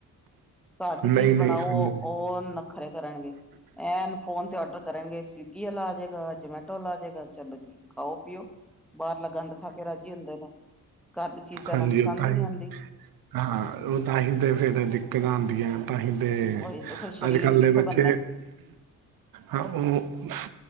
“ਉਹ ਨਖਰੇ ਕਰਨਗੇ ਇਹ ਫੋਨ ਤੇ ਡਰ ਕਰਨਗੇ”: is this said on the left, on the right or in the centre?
Centre